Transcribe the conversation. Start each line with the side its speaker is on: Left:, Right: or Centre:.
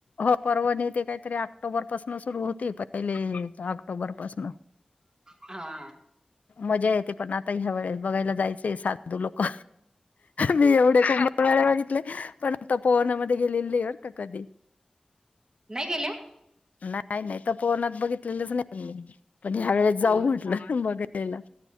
Left: हो पर्वणी ते काहीतरी ऑक्टोबर पाासन सुरु होती पहिले ऑक्टोबर पाासन-
Right: हा-
Left: मजा येते पण आता ह्या वळेस बघायला जायचे साधू लोक- मी एवढे खूप वेळा बघितले पण तपोवनामध्ये गेलेलेत का कधी ते-
Right: नाही गेले-
Left: नाही नाही तपोवनात बघितलेलेच नाही मी- पण ह्या वेळेस
Right: हो
Left: जाऊ म्हटलं बघायला.